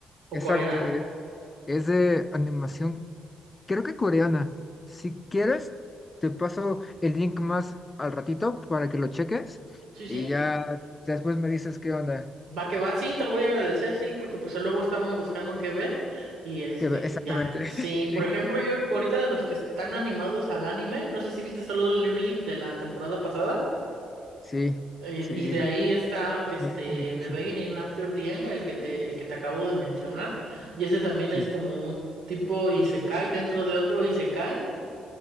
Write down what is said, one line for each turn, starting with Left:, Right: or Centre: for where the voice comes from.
Right: O
Left: exacto.
Right: coreanas.
Left: Es, es de animación, creo que coreana. Si quieres, te paso el link más al ratito para que lo cheques
Right: Sí,
Left: y
Right: sí.
Left: ya después me dices qué onda.
Right: Va que va, sí, te lo voy a agradecer, sí, porque pues luego está uno buscando qué ver y este,
Left: Que,
Right: y
Left: exactamente.
Right: ya. Sí,
Left: <laughs>
Right: por ejemplo, yo ahorita de los que están animados al anime, no sé si viste solo leveling de la temporada pasada.
Left: Sí,
Right: Eh,
Left: sí,
Right: Y de
Left: sí, me,
Right: ahí está este
Left: me gusta muchísimo.
Right: The Beginning After the End, el que te, el que te acabo de mencionar. Y ese también
Left: Sí.
Right: es como un tipo y se cae dentro de otro y se cae